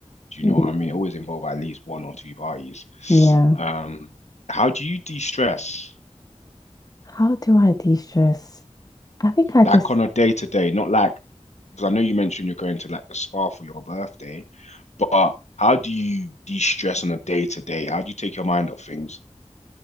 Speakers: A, on the left (about 70°); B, on the left (about 30°).
A: Do
B: Yeah.
A: you know what I mean? It always involves at least one or two parties.
B: Yeah.
A: Um, how do you de-stress
B: How do I de-stress? I think I just
A: like on a day to day? Not like, because I know you mentioned you're going to like the spa for your birthday, but how do you de-stress on a day to day? How do you take your mind off things?